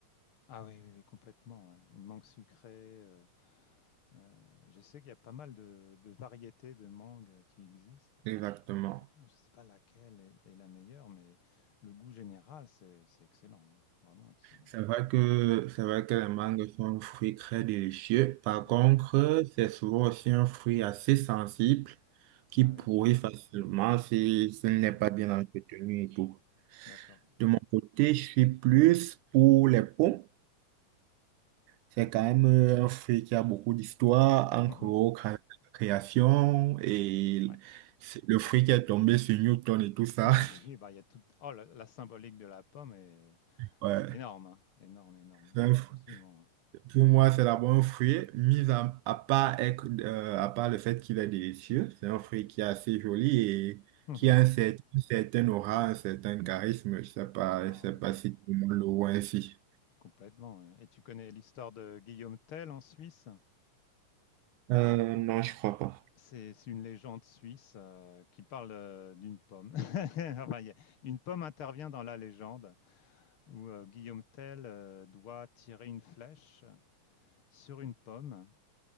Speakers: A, on the left (about 55°); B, on the right (about 80°).
A: Ah oui, oui, oui, complètement. ouais. Une mangue sucrée. euh, euh, je sais qu'il y a pas mal de, de variétés de mangue euh, qui existent.
B: Exactement.
A: Alors, je ne sais pas laquelle est, est la meilleure, mais le goût général, c'est c'est excellent. hein. Vraiment excellent.
B: C'est vrai que, c'est vrai que les mangues sont un fruit très délicieux. Par
A: Ouais.
B: contre, c'est souvent aussi un fruit assez sensible qui
A: Ah
B: pourrit
A: oui.
B: facilement si ce
A: Ah,
B: n'est pas bien entretenu et tout.
A: d'accord.
B: De mon côté, je suis plus pour les pommes. C'est
A: Oh,
B: quand même euh, un fruit qui a beaucoup d'histoire, encore
A: mhm.
B: cré- création et
A: Ouais.
B: c'est le fruit qui est tombé sur Newton et tout ça.
A: <laughs> Oui,
B: <laughs>
A: oui, bah, il y a tout... Oh, la, la symbolique de la pomme est,
B: Ouais,
A: Énorme, hein. énorme, énorme.
B: c'est un fruit
A: Absolument.
B: Pour moi, c'est d'abord un fruit, mis à, à part, être- euh, à part le fait qu'il est délicieux. C'est un fruit qui est assez joli et
A: ouais.
B: qui
A: Mhm.
B: a un cer- une certaine aura, un certain charisme. Je sais pas,
A: Ah,
B: je sais
A: ben,
B: pas
A: com-
B: si tout le monde le voit ainsi.
A: complètement. ouais. Et tu connais l'histoire de Guillaume Tell en Suisse?
B: Euh, non, je crois pas.
A: C'est c'est une légende suisse euh, qui parle euh, d'une pomme. <laughs> Enfin, il y a- une pomme intervient dans la légende où euh, Guillaume Tell euh, doit tirer une flèche sur une pomme